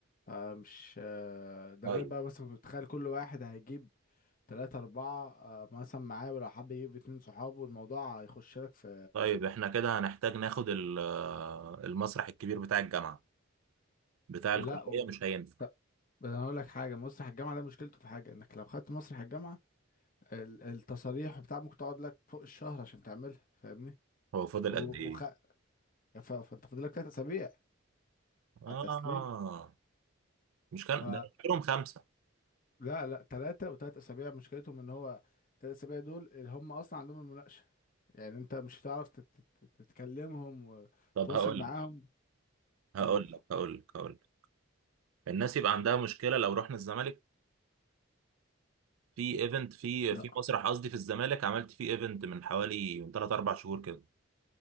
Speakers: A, on the left; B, on the right.
A: آه، مش آه، ده
B: طيب
A: غير بقى مثلا كنت تخيل كل واحد هيجيب تلاتة أربعة آه، مثلا معاه ولو حب يجيب اتنين صحابه الموضوع هيخش لك في
B: طيب احنا كده هنحتاج ناخد ال- آه، المسرح الكبير بتاع الجامعه بتاع الكليه
A: لا و...
B: مش هينفع
A: ط- انا اقول لك حاجه مسرح الجامعه ده مشكلته في حاجه انك لو خدت مسرح الجامعه ال- التصاريح وبتاع ممكن تقعد لك فوق الشهر عشان تعملها فاهمني
B: هو فاضل
A: و...
B: قد
A: وخ...
B: ايه
A: ف... فانت فاضل لك ثلاث اسابيع
B: اه
A: على التسليم
B: مش كان
A: ف...
B: ده كلهم خمسه
A: لا لا ثلاثة وثلاث أسابيع مشكلتهم إن هو ثلاث أسابيع دول اللي هم أصلا عندهم المناقشة يعني أنت مش هتعرف تت- تت- تتكلمهم وتتواصل
B: طب هقول
A: معاهم
B: لك هقول
A: قول
B: لك هقول لك هقول لك الناس يبقى عندها مشكله لو رحنا الزمالك في ايفنت في
A: ز-
B: في مسرح قصدي في الزمالك عملت فيه ايفنت من حوالي من 3 4 شهور كده